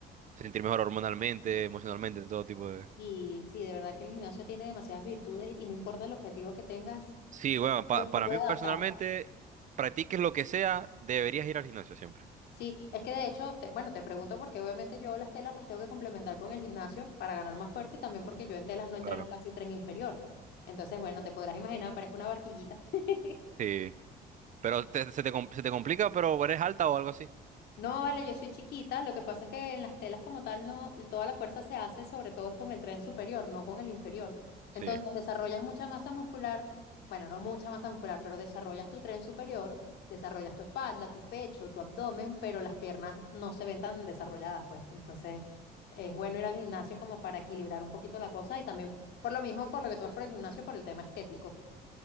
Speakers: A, on the right (about 45°); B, on the left (about 75°).
A: sentir mejor hormonalmente, emocionalmente, todo tipo de...
B: Y sí, de verdad que el gimnasio tiene demasiadas virtudes y no importa el objetivo que tengas,
A: Sí,
B: tú pu-
A: bueno, pa-
B: lo,
A: para
B: se puede
A: mí
B: adaptar.
A: personalmente, practiques lo que sea, deberías ir al gimnasio siempre.
B: Sí, es que de hecho, te- bueno, te pregunto porque obviamente yo las telas las tengo que complementar con el gimnasio para ganar más fuerza y también porque yo en telas no entreno
A: Claro.
B: casi tren inferior. Entonces, bueno, te podrás imaginar, parezco una barquillita. <laughs>
A: Sí, pero te- se te, com- se te complica, pero eres alta o algo así.
B: No, vale, yo soy chiquita. Lo que pasa es que en las telas como tal no, toda la fuerza se hace, sobre todo es con el tren superior, no con el inferior.
A: Sí,
B: Entonces desarrollas mucha masa muscular, bueno, no mucha masa muscular, pero desarrollas tu tren superior, desarrollas tu espalda, tu pecho, tu abdomen, pero las piernas no se ven tan desarrolladas, pues. Entonces es bueno ir al gimnasio como para equilibrar un poquito la cosa y también por lo mismo, por lo que tú vas por el gimnasio, por el tema estético.